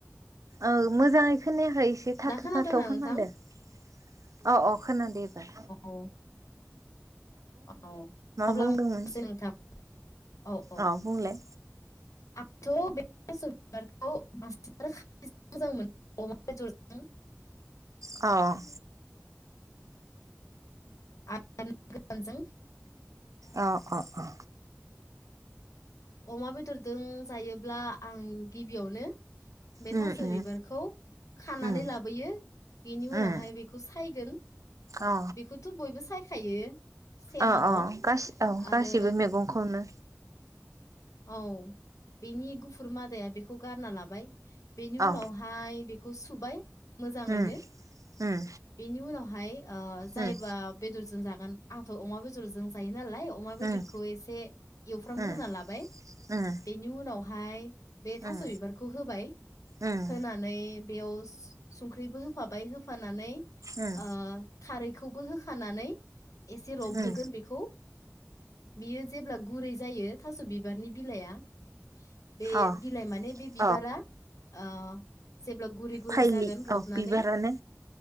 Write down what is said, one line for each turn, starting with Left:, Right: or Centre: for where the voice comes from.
Right: औ मोजांङै खोनायाखै एसे थाथ
Left: दा खोनादोंना
Right: थाथ खोनादों।
Left: नोंथां
Right: औ औ खोनादोएबार
Left: औ औ अब्ला
Right: बुंदोंमोन
Left: आं बुंनोसै नोंथां औ औ
Right: अ बुंलाय
Left: आंथ' बे थास बिबारखौ मार जानो मोजां मोनो अमा बेदरजों <inaudible>
Right: औ
Left: आ गजों <unintelligible>
Right: औ अ अ
Left: अमा बेदरजों जायोब्ला आं गिबियावनो बेथास
Right: उम उम
Left: बिबारखौ खानानै
Right: उम
Left: लाबोयो बेनि उनावहाय
Right: उम
Left: बेखौ सायगोन
Right: अ
Left: बेखौथ बयबो सायखायो सेमादब
Right: अ अ गासि औ
Left: आरो
Right: गासिबो मैगंखौनो
Left: औ बेनि गुफुर मादाया बेखौ गारना लाबाय बेनि
Right: औ
Left: उनावहाय बेखौ सुबाय मोजाङैनो
Right: उम उम
Left: बेनि उनावहाय जायबा
Right: उम
Left: बेदरजों जागोन आंथ अमा बेदरजों जायो नालाय अमा अमा बेदरखौ
Right: उम
Left: एसे एवफ्रामग्रोनना
Right: उम
Left: लाबाय
Right: उम
Left: बेनि उनावहाय बे थास
Right: उम
Left: बिबारखौ होबाय
Right: उम
Left: होनानै बेयाव संख्रिबो होफाबाय होफानानै
Right: उम
Left: ओ खारै होखानानै एसे रबहोगोन
Right: उम
Left: बेखौ बियो जेब्ला गुरै जायो थास बिबार बिबारनि बिलाइया बे
Right: अ
Left: बिलाइ माने बे बिबार
Right: अ
Left: बिबारा ओ जेबो गुरि गुरि
Right: फाइलि
Left: जागोन रबनानै
Right: औ बिबारानो